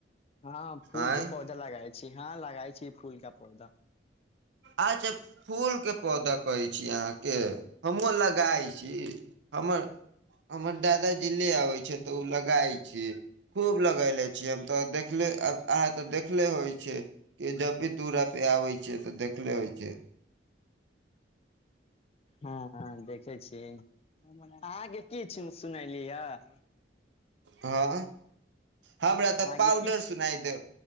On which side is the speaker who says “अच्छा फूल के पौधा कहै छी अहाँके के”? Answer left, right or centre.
Right